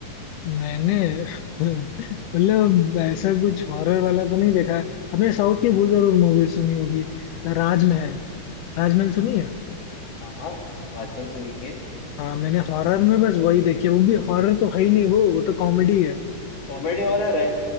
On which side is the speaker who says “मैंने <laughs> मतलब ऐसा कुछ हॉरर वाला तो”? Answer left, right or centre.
Left